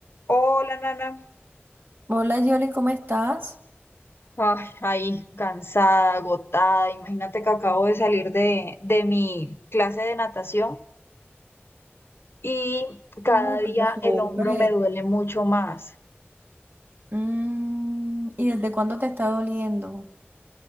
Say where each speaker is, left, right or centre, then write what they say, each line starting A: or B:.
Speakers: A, on the left; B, on the right.
A: Hola, Nana.
B: Hola Yoli, ¿cómo estás?
A: Ay, ahí, cansada, agotada. Imagínate que acabo de salir de, de mi clase de natación y cada
B: Ay,
A: día
B: pero súper.
A: el hombro me duele mucho más.
B: Mm, ¿y desde cuándo te está doliendo?